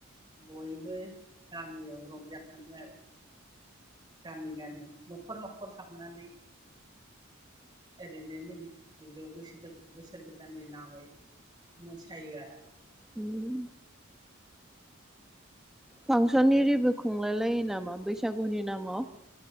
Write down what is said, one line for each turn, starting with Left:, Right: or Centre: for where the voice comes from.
Right: बयबो गामियाव रंजाखाङो आरो। गामि गामि नखर नखर नखर हाबनानै ओरैनो मिनि खुसि ज बोसोर गोदाननि नामै मोसायो आरो।
Centre: उम फांसननि इरिबो खुंलाय लायो नामा? मा बैसागुनि नामाव